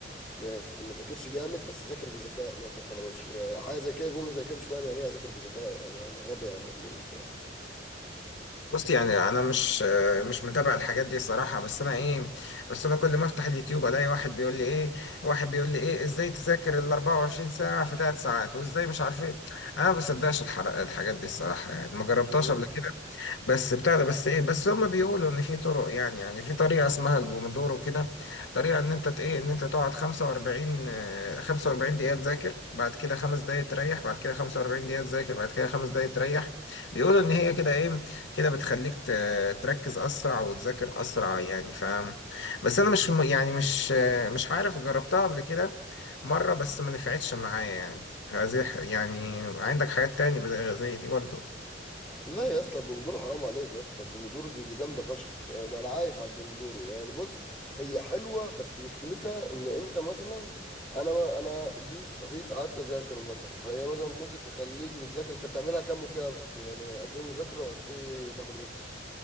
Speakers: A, in the centre; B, on the left.
A: يعني ما ذاكرش جامد بس ذاكر بذكاء مثلا فانا مش يعني حاجه زي كده جمله زي كده مش فاهم يعني ايه اذاكر بذكاء يعني انا غبي يعني ولا ايه مش فاهم
B: بص يعني انا مش آه، مش متابع الحاجات دي الصراحه بس انا ايه بس انا كل ما افتح اليوتيوب الاقي واحد بيقول لي ايه واحد بيقول لي ايه ازاي تذاكر ال 24 ساعه في 3 ساعات وازاي مش عارف ايه انا ما بصدقش الحر- الحاجات دي الصراحه يعني ما جربتهاش
A: مم.
B: قبل كده بس بتاع ده بس ايه بس هما بيقولوا ان في طرق يعني يعني في طريقه اسمها البومودورو كده طريقه ان انت ت- ايه ان انت تقعد 45 آه، 45 دقيقه تذاكر بعد كده خمس دقائق تريح بعد كده 45 دقيقه تذاكر بعد كده خمس دقائق تريح بيقولوا ان هي كده ايه كده بتخليك ت- تركز اسرع وتذاكر اسرع يعني ف بس انا مش م- يعني مش آه، مش عارف جربتها قبل كده مره بس ما نفعتش معايا يعني فزي يعني عندك حاجات تاني بت- زي دي برضه
A: لا يا اسطى البومودورو حرام عليك يا اسطى البومودورو دي, دي جامده فشخ ده انا عايش على البومودورو يعني بص هي حلوه بس مشكلتها ان انت مثلا انا انا جيت صحيت قعدت اذاكر مثلا فهي مثلا ممكن تخليك بتذاكر انت بتعملها كام وكام يعني قد ايه مذاكره وقد ايه تاخد ريست